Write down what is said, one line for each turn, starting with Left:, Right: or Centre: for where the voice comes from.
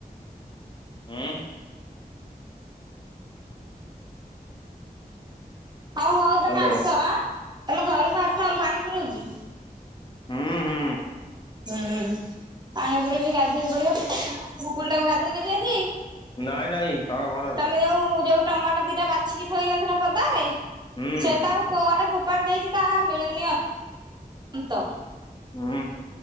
Left: ଉଁ।
Right: ହଉ ହଉ ତମେ
Left: ହ୍ୟାଲୋ
Right: ଆସ ଆଁ ତମ ଘରକୁ ଆସ ପାଣି ପୁରଉଛି।
Left: ହୁଁ ହୁଁ।
Right: ହୁଁ ପାଣି ପୂରେଇକି ଗାଧେଇ ପଡିବ ଗୁଗୁଲ ଟାକୁ ଗାଧେଇଦେବି ଆଜି।
Left: ନାଇଁ ନାଇଁ ତା ଘରର।
Right: ତମେ ଯୋଉ ଯୋଉ ଟମାଟୋ ଦିଟା ବାଛିକି ଥୋଇ ନଥିଲ ପଦା ରେ
Left: ହୁଁ
Right: ସେ ତ ଆଉ କୁ ଫୋ ଫୋପାଡ଼ି ଦେଇଛି ତ ଆଉ ମିଳୁନି ତ
Left: ଉଁ।